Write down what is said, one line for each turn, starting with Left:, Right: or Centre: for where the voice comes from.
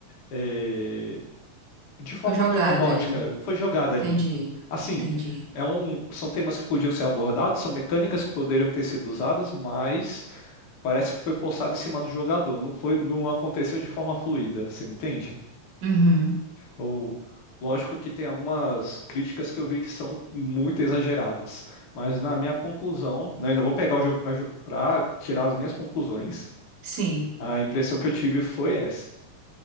Left: é, de forma
Right: Foi jogado
Left: meio robótica,
Right: ali.
Left: foi jogada ali.
Right: Entendi.
Left: Assim,
Right: Entendi.
Left: é um, são temas que podiam ser abordados, são mecânicas que poderiam ter sido usadas, mas parece que foi forçado em cima do jogador. Não foi, não aconteceu de forma fluida, você me entende?
Right: Uhum.
Left: Ou, lógico que tem algumas críticas que eu vi que são muito exageradas, mas na minha conclusão, né, ainda vou pegar o jogo para tirar as minhas conclusões.
Right: Sim,
Left: A impressão que eu tive foi essa.